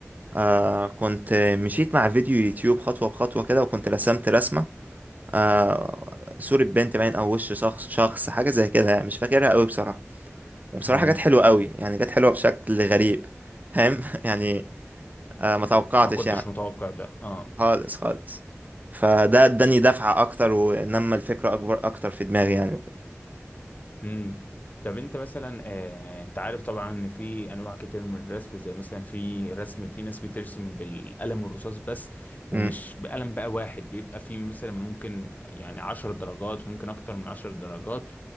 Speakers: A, on the right (about 35°); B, on the left (about 35°).
A: آه كنت مشيت مع فيديو يوتيوب خطوة بخطوة كده وكنت رسمت رسمة آه صورة بنت باين أو وش شخص شخص حاجة زي كده يعني مش فاكرها قوي بصراحة وبصراحة
B: امم
A: جت حلوة قوي يعني جت حلوة بشكل غريب فاهم <laughs> يعني آه ما توقعتش
B: ما كنتش
A: يعني
B: متوقع ده اه
A: خالص خالص فده اداني دفعة أكتر ونمى الفكرة أكبر أكتر في دماغي يعني وكده
B: امم طب انت مثلا آه، انت عارف طبعا ان في انواع كتير من الرسم زي مثلا في رسم في ناس بترسم بالقلم الرصاص بس
A: مم،
B: ومش بقلم بقى واحد بيبقى في مثلا ممكن يعني عشر درجات وممكن اكتر من عشر درجات